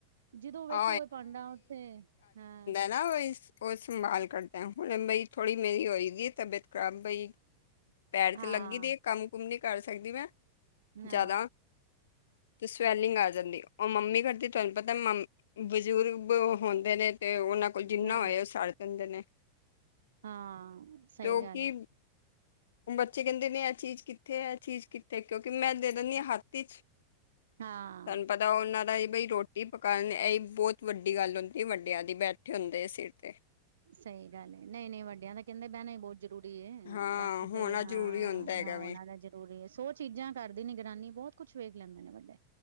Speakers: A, on the right; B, on the left.
A: ਜਦੋਂ ਵੇਖੋ
B: ਆ
A: ਭਾਡਾਂ ਉੱਥੇ ਹਾਂ।
B: ਹਨਾ। ਉਹੀ-ਉਹ ਸੰਭਾਲ ਕਰਦੇ ਆ। ਹੁਣ ਬਈ ਥੋੜੀ ਮੇਰੀ ਹੋਏਗੀ ਤਬੀਅਤ ਖਰਾਬ ਬਈ
A: <inaudible>
B: ਪੈਰ
A: ਹਾਂ
B: ਤੇ ਲੱਗੀ ਦੀ ਏ, ਕੰਮ-ਕੁਮ ਨੀ ਕਰ ਸਕਦੀ ਮੈਂ
A: ਨਾ
B: ਜ਼ਿਆਦਾ ਤੇ ਸਵੈਲਿੰਗ ਆ ਜਾਂਦੀ। ਉਹ ਮੰਮੀ ਕਰਦੀ ਤੁਹਾਨੂੰ ਪਤਾ। ਮ ਬਜ਼ੁਰਗ ਹੁੰਦੇ ਨੇ ਤੇ ਉਹਨਾਂ ਕੋਲ ਜਿੰਨਾ
A: ਹਾਂ
B: ਹੋਇਆ। ਉਹ ਸੜ ਦਿੰਦੇ ਨੇ।
A: ਹਾਂ। ਸਹੀ
B: ਤੇ ਉਹ
A: ਗੱਲ
B: ਕੀ
A: ਐ।
B: ਬੱਚੇ ਕਹਿੰਦੇ ਨੇ ਇਹ ਚੀਜ਼ ਕਿੱਥੇ ਐ। ਇਹ ਚੀਜ਼ ਕਿੱਥੇ, ਕਿਉਂਕਿ ਮੈਂ ਦੇ ਦਿੰਦੀ ਆ ਹੱਥ ਵਿਚ
A: ਹਾਂ
B: ਤੁਹਾਨੂੰ ਪਤਾ ਉਹਨਾਂ ਦਾ ਹੀ ਬਈ ਰੋਟੀ ਪਕਾਉਣੀ। ਇਹ ਬਹੁਤ ਵੱਡੀ ਗੱਲ ਹੁੰਦੀ। ਵੱਡਿਆਂ ਦੀ ਬੈਠੇ ਹੁੰਦੇ ਐ ਸਿਰ ਤੇ
A: ਸਹੀ ਗੱਲ ਏ, ਨਹੀਂ-ਨਹੀਂ ਵੱਡਿਆਂ ਦਾ ਕਹਿੰਦੇ ਬਹਿਣੇ ਬਹੁ- ਜ਼ਰੂਰੀ ਐ।
B: ਹਾਂ
A: ਬਾਕੀ
B: ਹੋਣਾ
A: ਤੇ ਅ
B: ਜ਼ਰੂਰੀ ਹੁੰਦਾ ਹੈਗਾ
A: ਉਹਨਾਂ
B: ਵੇ
A: ਦਾ ਜੇ ਜ਼ਰੂਰੀ, ਸੋ ਚੀਜ਼ਾਂ ਕਰਦੀ ਨਿਗਰਾਨੀ। ਬਹੁਤ ਕੁੱਛ ਵੇਖ ਲੈਂਦੇ ਨੇ ਵੱਡੇ।